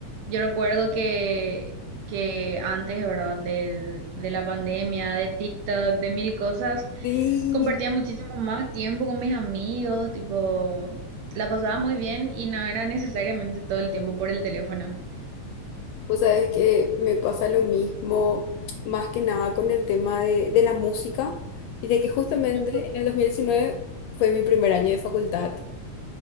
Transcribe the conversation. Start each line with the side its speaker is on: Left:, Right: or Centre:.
Right: Yo recuerdo que que antes, ¿verdad? De, de la pandemia, de TikTok, de mil cosas,
Left: Sí,
Right: compartía muchísimo más tiempo con mis amigos, tipo, la pasaba muy bien y no era necesariamente todo el tiempo por el teléfono.
Left: vos sabés que me pasa lo mismo, más que nada con el tema de, de la música y de que justamente
Right: Ujú.
Left: en el 2019 fue mi primer año de facultad.